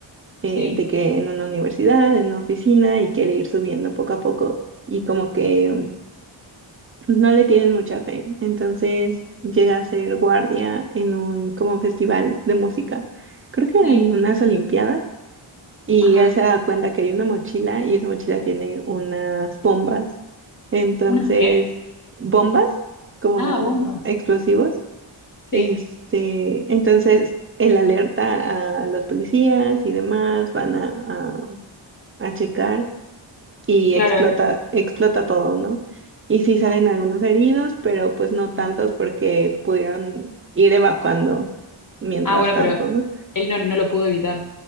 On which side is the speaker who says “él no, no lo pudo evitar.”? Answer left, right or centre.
Left